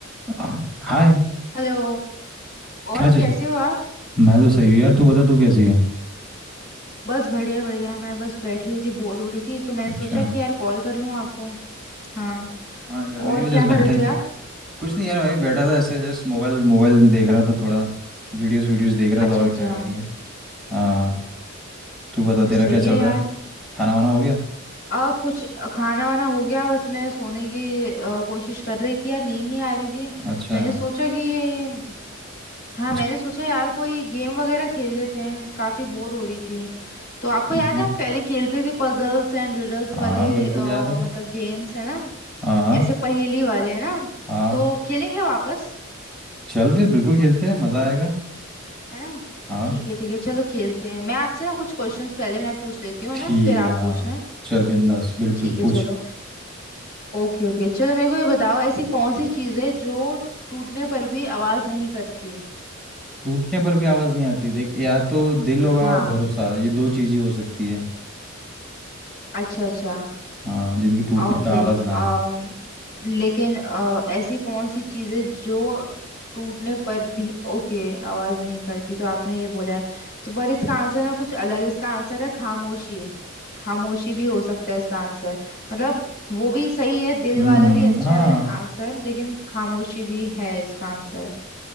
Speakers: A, in the centre; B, on the left (about 50°).
A: अ, hi
B: Hello और
A: क्या चीज
B: कैसे हो आप
A: मैं तो सही हूँ यार तू बता तू कैसी है
B: बस बढ़िया बढ़िया मैं बस बैठी हुई थी बोर हो रही थी तो मैंने
A: अच्छा
B: सोचा कि यार कॉल कर लूं आपको हाँ
A: हाँ यार मैं
B: और
A: भी
B: क्या
A: जस्ट
B: कर
A: बैठा
B: रहे
A: ही
B: थे
A: था
B: आप
A: कुछ नहीं यार मैं भी बैठा था ऐसे जस्ट मोबाइल मोबाइल देख रहा था थोड़ा वीडियोस वीडियोस देख रहा
B: अच्छा
A: था और
B: अच्छा
A: क्या करेंगे हाँ तू बता तेरा
B: सही
A: क्या चल
B: है यार
A: रहा है खाना वाना हो गया
B: आ, कुछ खाना वाना हो गया बस मैं सोने की अ, कोशिश कर रही थी यार नींद नहीं आ रही थी
A: अच्छा
B: मैंने सोचा कि हाँ
A: कुछ
B: मैंने सोचा यार कोई गेम वगैरह खेल लेते हैं काफी बोर हो रही थी तो आपको
A: ठीक
B: याद
A: है
B: है हम पहले खेलते थे पजल्स एंड रिडल्स
A: हाँ
B: वाले
A: बिल्कुल
B: अ,
A: याद है
B: मतलब गेम्स है ना
A: हाँ हाँ
B: ऐसे पहेली वाले है ना
A: हाँ
B: तो खेलेंगे हम वापस
A: चल फिर बिल्कुल खेलते हैं मज़ा आएगा
B: है ना
A: हाँ
B: ठीक है ठीक है चलो खेलते हैं मैं आपसे ना कुछ क्वेश्चंस पहले मैं पूछ लेती हूँ है
A: ठीक
B: ना फिर आप
A: है हाँ
B: पूछना
A: चल बिंदास बिल्कुल
B: ठीक है
A: पूछ
B: चलो ओके ओके चलो मेरे को ये बताओ ऐसी कौन सी चीज़ है जो टूटने पर भी आवाज नहीं करती
A: टूटने पर भी आवाज़ नहीं आती देख या तो दिल होगा
B: हाँ
A: और भरोसा ये दो चीज़ ही हो सकती है
B: अच्छा अच्छा
A: हाँ जिनकी टूटने
B: ओके
A: पे आवाज़ ना आए
B: अम लेकिन अ, ऐसी कौन सी चीजें जो टूटने पर भी ओके आवाज नहीं करती तो आपने ये बोला है तो पर इसका आंसर ना कुछ अलग है इसका आंसर है खामोशी खामोशी भी हो सकता है इसका आंसर मतलब वो भी सही है दिल
A: हम्म
B: वाला भी अच्छा
A: हाँ
B: है आंसर लेकिन खामोशी भी है इसका आंसर